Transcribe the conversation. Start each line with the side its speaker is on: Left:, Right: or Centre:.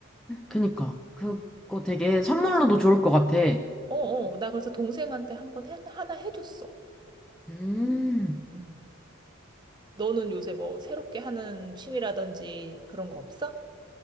Centre: 그니까. 그거
Right: 응.
Centre: 되게 선물로도 좋을 것 같아.
Right: 어, 어. 나 그래서 동생한테 한번 해- 하나 해줬어.
Centre: 음.
Right: 음. 너는 요새 뭐, 새롭게 하는 취미라든지 그런 거 없어?